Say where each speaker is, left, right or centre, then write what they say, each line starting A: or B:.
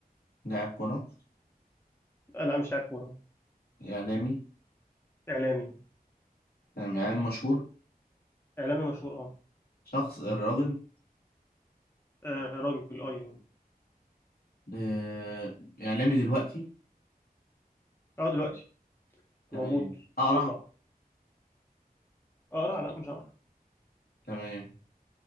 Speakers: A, on the left; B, on the left.
A: لاعب كرة
B: لا مش لاعب كوره
A: إعلامي
B: اعلامي
A: تمام إعلامي مشهور
B: اعلامي مشهور اه
A: شخص الراجل
B: آه، راجل اه يعني.
A: أه إعلامي دلوقتي
B: اه دلوقتي
A: تمام
B: موجود
A: أقرع
B: بيطلع اه لا لا مش عارف
A: تمام